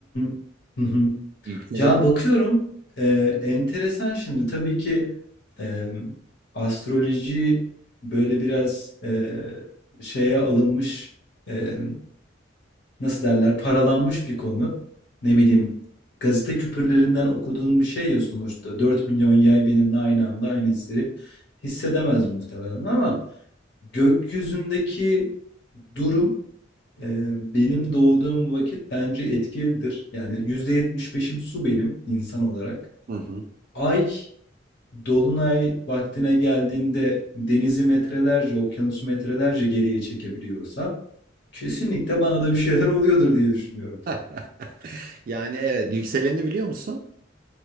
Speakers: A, on the left (about 60°); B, on the right (about 45°).
A: <laughs>
B: Yükseleni.
A: ya bakıyorum e, enteresan şimdi tabii ki e, astroloji böyle biraz e, şeye alınmış e, nasıl derler paralanmış bir konu. Ne bileyim gazete küpürlerinden okuduğun bir şey ya sonuçta. 4 milyon yay benimle aynı anda aynı hisleri hissedemez muhtemelen ama gökyüzündeki durum e, benim doğduğum vakit bence etkilidir. Yani yüzde yetmiş beşim su benim insan olarak.
B: Hı hı.
A: Ay dolunay vaktine geldiğinde denizi metrelerce, okyanusu metrelerce geriye çekebiliyorsa kesinlikle bana da bir şeyler oluyordur diye düşünüyorum.
B: <laughs> Yani evet yükseleni biliyor musun?